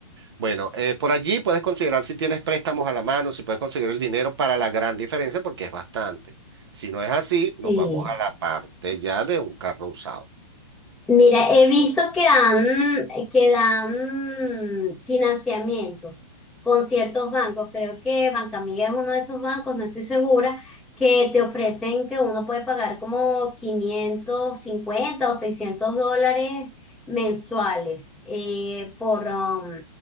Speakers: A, on the right; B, in the centre.
A: Bueno, eh, por allí puedes considerar si tienes préstamos a la mano, si puedes conseguir el dinero para la gran diferencia, porque es bastante. Si no es así,
B: Sí.
A: nos vamos a la parte ya de un carro usado.
B: Mira, he visto que dan, que dan financiamiento con ciertos bancos. Creo que Bancamiga es uno de esos bancos, no estoy segura, que te ofrecen que uno puede pagar como 550 o 600 dólares mensuales eh, por, um,